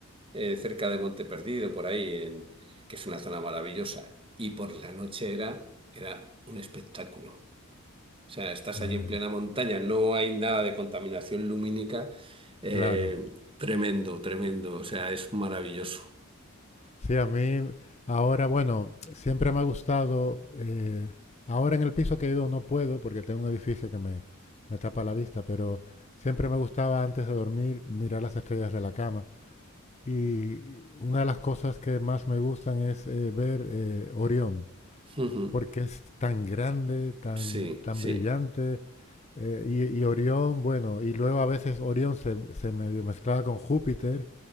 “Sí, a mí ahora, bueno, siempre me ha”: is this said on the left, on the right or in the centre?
Left